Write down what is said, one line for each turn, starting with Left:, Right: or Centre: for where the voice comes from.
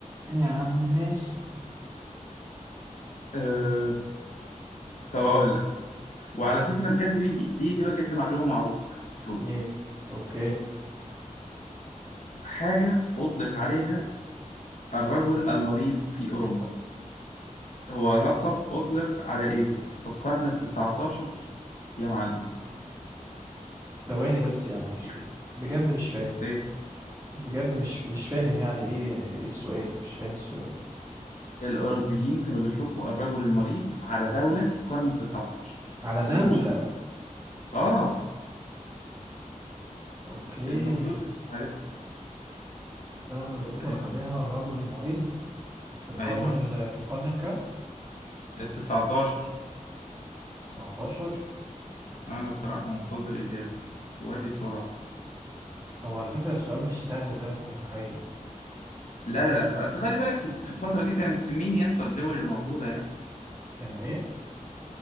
Right: يا عم ماشي
Left: أه... طب أقول لك وعلى فكرة بجد دي دي دي بجد معلومة معروفة يعني المفروض
Right: ايه اوكي
Left: الحاجة أطلق عليها الرجل المريض في أوروبا هو لقب أطلق على إيه في القرن التسعتاشر يا معلم
Right: ثواني بس يعني مش
Left: يعني
Right: بجد مش فاهم
Left: إيه
Right: بجد مش مش فاهم يعني ايه ايه السؤال مش فاهم السؤال
Left: الأوروبيين كانوا بيطلقوا الرجل المريض على دولة في القرن التسعتاشر
Right: على دولة
Left: أنا مش هسأل آه
Right: اوكي
Left: المفروض تبقى عارفها بصراحة
Right: دولة يطلق
Left: الم-
Right: عليها الرجل المريض في القرن
Left: أيوه
Right: ال... في القرن الكام
Left: التسعتاشر
Right: 19
Left: انا بصراحه منتظر اجابه وبسرعه
Right: هو على فكرة السؤال مش سهل زي ما انت متخيل
Left: لا لا لا اصل خلي بالك في في الفتره دي كانت في مين يا اسطى الدول اللي موجوده يعني
Right: كان ايه